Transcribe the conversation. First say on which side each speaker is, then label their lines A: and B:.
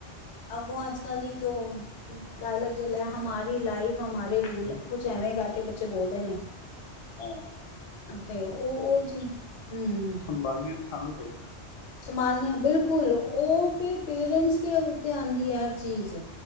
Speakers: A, on the left; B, on the left.
A: ਅੱਗੋਂ ਅੱਜ ਕੱਲ੍ਹ ਇੱਕ ਓ, ਡਾਇਲੋਗ ਚਲਿਆ ਹੈ, ਹਮਾਰੀ ਲਾਈਫ ਹਮਾਰੇ ਰੁ
B: ਬਿਲਕੁਲ।
A: ਐਵੇ ਕਰਕੇ ਬੱਚੇ ਬੋਲਦੇ ਨੇ
B: ਹਾਂ
A: ਤੇ ਉਹ-ਉਹ ਚੀਜ਼ ਹੂੰ
B: ਸੰਬਾਲਨੀਆਂ ਤੇ ਸਾਨੂੰ ਪਏਗੀ ਨਾ।
A: ਸੰਭਾਲਨਿਆਂ, ਬਿਲਕੁਲ, ਉਹ ਫਿਰ ਪੇਰੈਂਟਸ ਦੇ ਉੱਤੇ ਆਂਦੀ ਹੈ ਹਰ ਚੀਜ਼।